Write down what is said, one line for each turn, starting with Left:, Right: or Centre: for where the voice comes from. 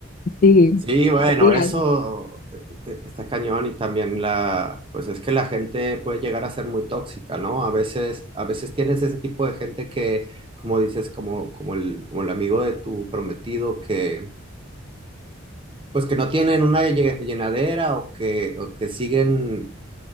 Left: Sí,
Right: Sí, bueno,
Left: por días.
Right: eso eh, eh, está cañón y también la, pues es que la gente puede llegar a ser muy tóxica, ¿no? A veces, a veces tienes ese tipo de gente que, como dices, como, como el, como el amigo de tu prometido, que, pues que no tienen una lle- llenadera o que, o que siguen